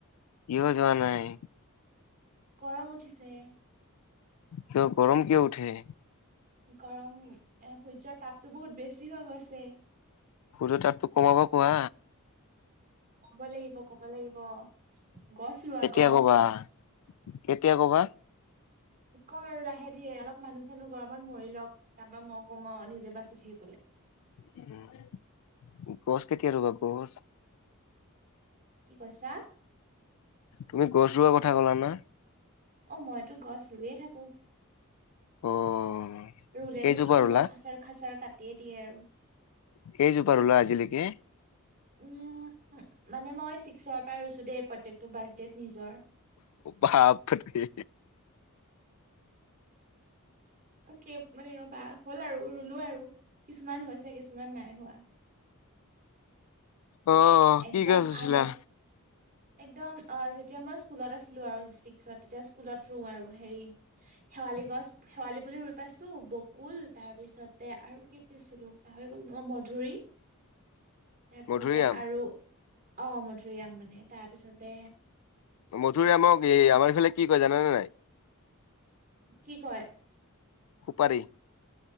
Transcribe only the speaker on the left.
কিয় যোৱা নাই?
কিয়? গৰম কিয় উঠে?
সূৰ্য্যৰ তাপটোক কমাব কোৱা।
কেতিয়া
কবা কেতিয়া কবা
উম, গছ কেতিয়া ৰোবা, গছ?
তুমি গছ ৰুৱা কথা ক'লা ন?
অ'।
কেইজোপা
ৰুলা
কেইজোপা ৰুলা আজিলৈকে?
বাপৰে
অহ'
কি গছ ৰুইছিলা?
মধুৰিআম?
মধুুৰিআমক এই আমাৰ ফালে কি কয় জানানে নাই?
উপাৰি?